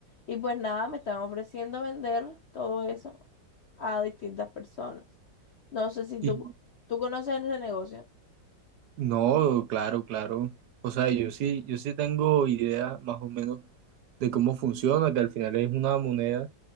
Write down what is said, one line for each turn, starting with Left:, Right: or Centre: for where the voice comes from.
Left: Y pues nada, me están ofreciendo vender todo eso a distintas personas. No sé si
Right: y
Left: tú, tú conoces ese negocio.
Right: no, claro, claro. O sea, yo sí, yo sí tengo idea más o menos de cómo funciona, que al final es una moneda